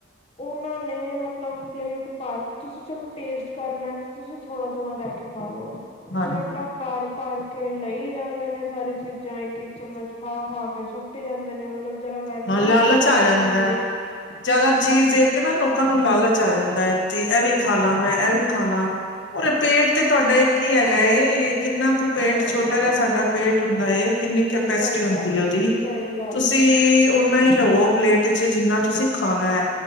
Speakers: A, on the left (about 35°); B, on the left (about 80°).
A: ਉਹਨਾਂ ਨੇ ਮਤਲਬ ਪਲੇਟ ਪਾਰ ਤੁਸੀਂ ਚਲੋ ਟੇਸਟ ਕਰਨਾ ਤਾਂ ਤੁਸੀਂ ਥੋੜ੍ਹਾ- ਥੋੜ੍ਹਾ ਲੈ ਕੇ ਖਾ ਲਓ
B: ਹਾਂਜੀ
A: ਪਲੇਟਾਂ ਭਾਰ- ਭਾਰ ਕੇ ਲਈ ਜਾਂਦੇ ਨੇ ਸਾਰੇ। ਚੀਜ਼ਾਂ ਇੱਕ- ਇੱਕ ਚਮਚ ਖਾ- ਖਾ ਕੇ ਸੁੱਟੀ ਜਾਂਦੇ ਨੇ ਮਤਲਬ ਜਰਾ ਵੈਲਿਊ
B: ਹਾਂ ਲਾਲਚ
A: ਹੀ ਨਹੀਂ ਕਰਦੇ
B: ਆ ਜਾਂਦਾ
A: ਖਾਣ ਦੀ।
B: ਹੈ ਜ਼ਿਆਦਾ ਚੀਜ਼ ਦੇਖ ਕੇ ਨਾ ਲੋਕਾਂ ਨੂੰ ਲਾਲਚ ਆ ਜਾਂਦਾ ਹੈ ਕਿ ਇਹ ਵੀ ਖਾ ਲਾ ਮੈਂ ਇਹ ਵੀ ਖਾ ਲਾ। ਉਰੇ ਪੇਟ ਤੇ ਤੁਹਾਡਾ ਇੱਕ ਹੀ ਹੈਗਾ ਏ ਕਿੰਨਾ ਕੁ ਪੇਟ
A: ਸਹੀ
B: ਛੋਟਾ
A: ਗੱਲ
B: ਜਿਹਾ ਸਾਡਾ
A: ਆ
B: ਪੇਟ ਹੁੰਦਾ ਏ। ਕਿੰਨੀ ਕੈਪੈਸਿਟੀ
A: ਸਹੀ
B: ਹੁੰਦੀ
A: ਗੱਲ
B: ਉਹਦੀ
A: ਆ ਸਹੀ ਗੱਲ
B: ਤੁਸੀਂ।
A: ਆ
B: ਓਨਾ ਹੀ ਲਵੋ ਪਲੇਟ ਚ ਜਿੰਨਾ ਤੁਸੀਂ ਖਾਣਾ ਐ।